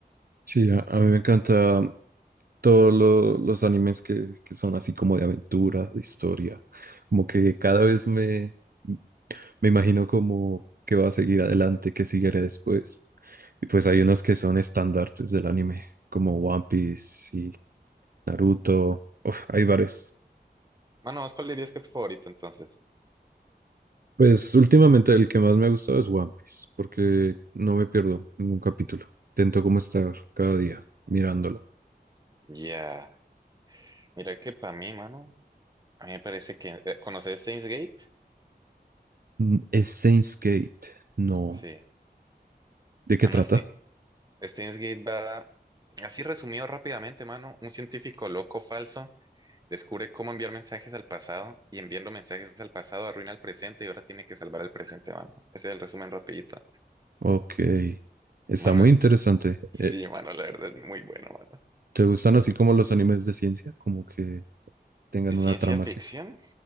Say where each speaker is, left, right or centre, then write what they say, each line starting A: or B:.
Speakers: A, on the right; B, on the right.
A: Sí, a, a mí me encanta todos lo- los animes que, que son así como de aventura, de historia, como que cada vez me, Me imagino como que va a seguir adelante, que seguirá después. Y pues hay unos que son estandartes del anime, como One Piece y Naruto. Uf, hay varios.
B: Mano, ¿vos cuál dirías que es tu favorito entonces?
A: Pues últimamente el que más me ha gustado es One Piece, porque no me pierdo ningún capítulo. Intento como estar cada día mirándolo.
B: Ya, Mira que para mí, mano, a mí me parece que, eh, ¿conoces Steins Gate?
A: Mm, ¿Es Saints Gate? No.
B: Sí.
A: ¿De qué
B: Mano,
A: trata?
B: este Steins Gate va, así resumido rápidamente, mano, un científico loco falso descubre cómo enviar mensajes al pasado y enviando mensajes al pasado arruina el presente y ahora tiene que salvar el presente, mano. Ese es el resumen rapidito.
A: Ok, está
B: Mano,
A: muy
B: es
A: interesante.
B: Sí,
A: Eh,
B: mano, la verdad es muy bueno, mano.
A: ¿te gustan así como los animes de ciencia? Como que tengan
B: ¿De ciencia
A: una trama
B: ficción?
A: así.